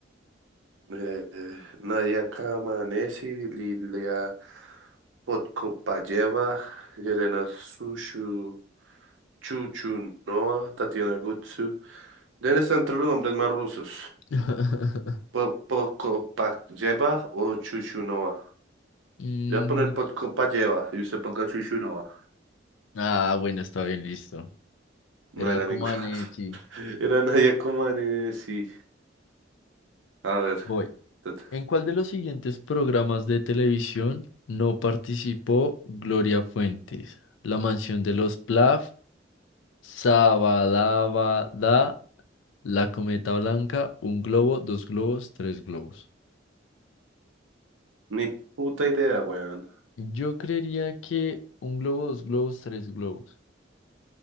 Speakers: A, on the right; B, on the left.
A: Eh, eh, Nadia Comaneci, Lilia Podkopayeva, Yelena Sushu, Chuchunova, Tatiana Gutsu. Deben estar entre los nombres más rusos.
B: <laughs>
A: Po- Podkopayeva o Chuchunova.
B: Mm,
A: Voy a poner Podkopayeva y usted ponga Chuchunova.
B: ah, bueno, está bien, listo.
A: No
B: Era
A: era
B: Comaneci.
A: ninguna. <laughs> Era Nadia Comaneci. A ver.
B: Voy.
A: tut-
B: ¿En cuál de los siguientes programas de televisión no participó Gloria Fuentes? La mansión de los Plath, Sabadabada, La Cometa Blanca, Un Globo, Dos Globos, Tres Globos.
A: Ni puta idea, weón.
B: Yo creería que un globo, dos globos, tres globos.